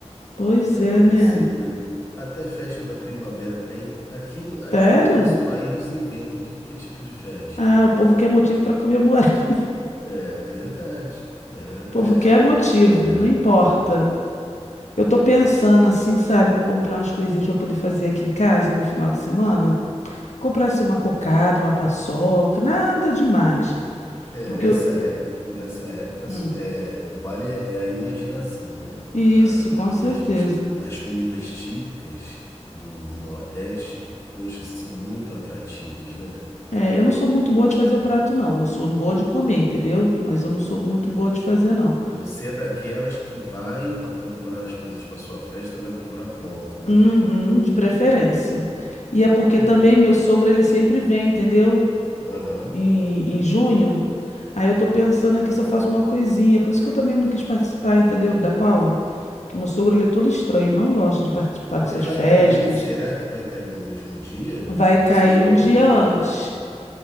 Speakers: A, on the left; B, on the left.
A: Pois
B: aí
A: é,
B: logo
A: né?
B: em seguida até festa da primavera tem. Aqui, aqui
A: Sério?
B: no nosso país inventam tudo que é tipo de festa.
A: Ah, o povo quer motivo para comemorar. <laughs>
B: É verdade. É
A: O
B: festa
A: povo quer
B: da
A: motivo,
B: primavera.
A: não importa. Eu tô pensando assim, sabe, em comprar umas coisinhas pra poder fazer aqui em casa no final de semana. Comprar assim uma cocada, uma paçoca, nada demais.
B: É,
A: Porque
B: nessa
A: eu...
B: época, nessa época,
A: Hum,
B: é, o vale é, é a imaginação, né?
A: isso,
B: Ah,
A: com
B: e
A: certeza.
B: a gente, as comidas típicas do Nordeste, poxa, são muito atrativas, né?
A: É, eu não sou muito boa de fazer o prato, não. Eu sou boa de comer, entendeu? Mas eu não sou muito boa de fazer, não.
B: Você é daquelas que vai para comprar as coisas para sua festa, vai comprar pronto, né?
A: Uhum, de preferência. E é porque
B: <laughs>
A: também meu sogro, ele sempre vem, entendeu?
B: Aham.
A: Em, em junho. Aí eu tô pensando aqui se eu faço uma coisinha. Por isso que eu também não quis participar, entendeu? Da Paula. Que meu sogro, ele é todo estranho. Ele não gosta de participar dessas
B: Mas vai
A: festas.
B: cair? Será que vai cair no mesmo dia?
A: Vai
B: Você
A: cair
B: já
A: um
B: olhou?
A: dia antes.